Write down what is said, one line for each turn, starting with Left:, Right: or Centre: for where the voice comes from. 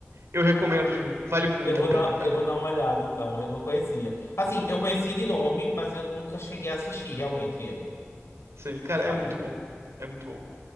Right: eu recomendo de ver. Vale muito
Left: Eu vou
Right: a pena,
Left: dar,
Right: cara.
Left: eu vou dar uma olhada, então. Eu não conhecia. Assim, eu conhecia de nome, mas eu nunca cheguei a assistir realmente ele,
Right: Sim, cara,
Left: sabe?
Right: é muito bom. É muito bom.